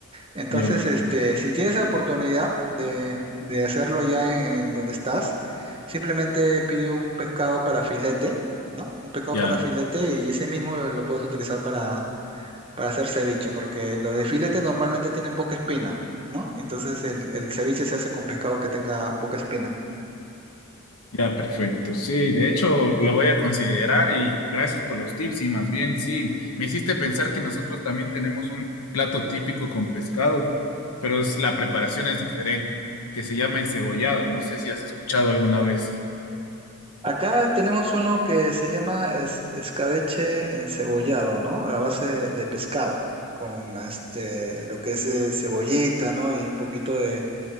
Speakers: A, on the right; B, on the left.
A: Entonces,
B: Ya,
A: este, si tienes la oportunidad de, de hacerlo allá en, en donde estás, simplemente pide un pescado para filete, ¿no? Un pescado
B: ya,
A: para filete y ese mismo lo, lo puedes utilizar para, para hacer ceviche, porque los de filete normalmente tienen poca espina, ¿no? Entonces el, el ceviche se hace con pescado que tenga poca espina.
B: ya, perfecto. Sí, de hecho lo voy a considerar y gracias por los tips y más bien, sí, me hiciste pensar que nosotros también tenemos un plato típico con pescado, pero es, la preparación es diferente, que se llama encebollado. No sé si has escuchado alguna vez.
A: Acá tenemos uno que se llama es- escabeche encebollado, ¿no? A base de pescado, con este, lo que es eh, cebollita, ¿no? Y un poquito de,